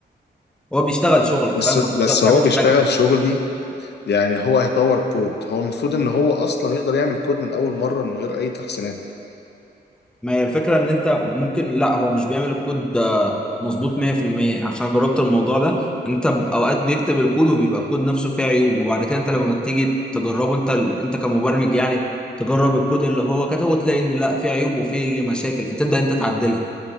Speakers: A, in the centre; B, on the left (about 65°).
A: هو بيشتغل شغلك
B: بس
A: فاهم انت
B: بس
A: ما بتعملش
B: هو بيشتغل
A: حاجه
B: شغلي يعني هو هيطور كود هو المفروض ان هو اصلا يقدر يعمل كود من اول مره من غير اي تحسينات
A: ما هي الفكره ان انت ممكن لا هو مش بيعمل الكود ده مظبوط 100% عشان جربت الموضوع ده انت ب- اوقات بيكتب الكود وبيبقى الكود نفسه فيه عيوب وبعد كده انت لما تيجي تجربه انت ال- انت كمبرمج يعني تجرب الكود اللي هو كتبه وتلاقي ان لا فيه عيوب وفيه مشاكل فتبدا انت تعدلها